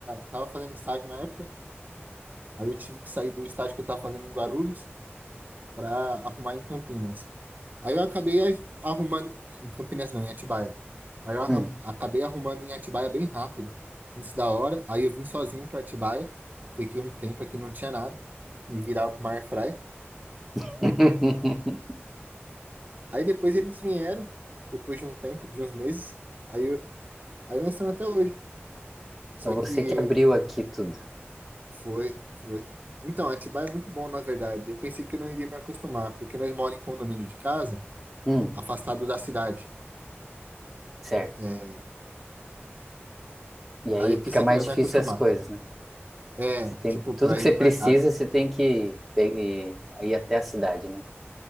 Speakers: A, on the right; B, in the centre.
A: tava fazendo estágio na época. Aí eu tive que sair do estágio que eu tava fazendo em Guarulhos para arrumar em Campinas. Aí eu acabei a- arrumando. Em Campinas não, em Atibaia. Aí eu arrum-
B: Hum.
A: acabei arrumando em Atibaia bem rápido, antes da hora. Aí eu vim sozinho para Atibaia. Fiquei um tempo aqui, não tinha nada. Me virava com uma airfry.
B: <laughs>
A: Aí depois eles vieram, depois de um tempo, de uns meses. Aí, eu- aí nós estamos até hoje. Só
B: Então você
A: que
B: que abriu aqui tudo.
A: foi, foi. Então, Atibaia é muito bom, na verdade. Eu pensei que eu não iria me acostumar, porque nós moramos em condomínio de casa,
B: Hum.
A: afastado da cidade.
B: Certo.
A: É,
B: E aí
A: aí eu
B: fica
A: pensei
B: mais
A: que não ia me
B: difícil
A: acostumar.
B: as coisas, né?
A: É,
B: Você tem
A: tipo,
B: tudo
A: pra
B: que
A: ir
B: você
A: no
B: precisa,
A: mercado, é-
B: você tem que pe- e- ir até a cidade, né?